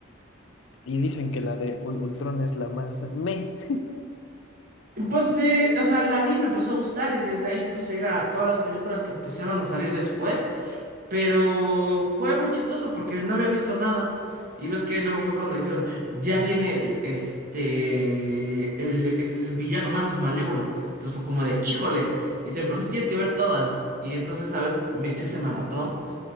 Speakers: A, on the left; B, on the right.
A: y dicen que la de Ul- Ultron es la más meh.
B: Pues de, o sea, la vi, me empezó a gustar y desde ahí empecé a ir a todas las películas que empezaron a salir después, pero fue muy chistoso porque no había visto nada. Y ves que luego fue cuando dijeron, ya viene el, este, el, el villano más malévolo. Entonces fue como de, híjole, dice, por si tienes que ver todas. Y entonces, ¿sabes? Me eché ese maratón,